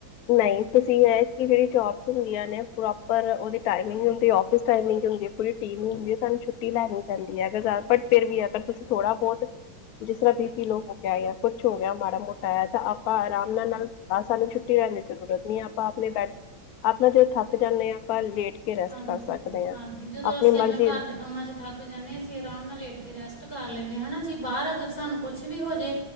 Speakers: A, on the left (about 75°); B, on the left (about 45°).
A: ਨਈ ਤੁਸੀਂ ਐ ਕਿ ਜਿਹੜੀ ਜੋਬਸ ਹੁੰਦੀਆਂ ਨੇ ਪ੍ਰੋਪਰ ਉਹਦੀ ਟਾਈਮਿੰਗ ਹੁੰਦੀ ਆ, ਔਫਿਸ ਟਾਈਮਿੰਗ ਹੁੰਦੀ ਐ ਪੂਰੀ ਟੀਮ ਹੁੰਦੀ ਐ ਤੁਹਾਨੂੰ ਛੁੱਟੀ ਲੈਣੀ ਪੈਂਦੀ ਐ, ਅਗਰ ਪਰ ਫਿਰ ਵੀ ਅਗਰ ਤੁਸੀਂ ਥੋੜਾ ਬਹੁਤ ਜਿਸ ਤਰ੍ਹਾਂ ਵੀ ਬੀਪੀ ਲੋਅ ਹੋ ਗਿਆ ਜਾਂ ਕੁਛ ਹੋ ਗਿਆ ਮਾੜਾ ਮੋਟਾ ਆ ਤਾਂ ਆਪਾਂ ਆਰਾਮ ਨਾਲ ਨਾਲ ਹਾਂ ਸਾਨੂੰ ਛੁੱਟੀ ਲੈਣ ਦੀ ਕੋਈ ਜ਼ਰੂਰਤ ਨਹੀਂ ਐ, ਆਪਾਂ ਆਪਣੇ ਬੈ ਆਪਾਂ ਜਦੋਂ ਥੱਕ ਜਾਂਦੇ ਐ ਆਪਾਂ ਲੇਟ ਕੇ ਰੈਸਟ
B: ਹਾਂਜੀ
A: ਕਰ ਸਕਦੇ ਹਾਂ
B: ਹਾਂਜੀ, ਜਦੋਂ
A: ਆਪਣੀ
B: ਅਸੀਂ ਆਪਣੇ
A: ਮਰਜ਼ੀ
B: ਘਰ ਦੇ ਕੰਮਾਂ ਚ ਥੱਕ ਥੱਕ ਜਾਣੇ ਆ, ਅਸੀਂ ਆਰਾਮ ਨਾਲ ਲੇਟ ਕੇ ਰੈਸਟ ਕਰ ਲੈਣੇ ਆ, ਹਨਾ ਜੀ ਬਾਹਰ ਅਗਰ ਸਾਨੂੰ ਕੁਛ ਵੀ ਹੋ ਜੇ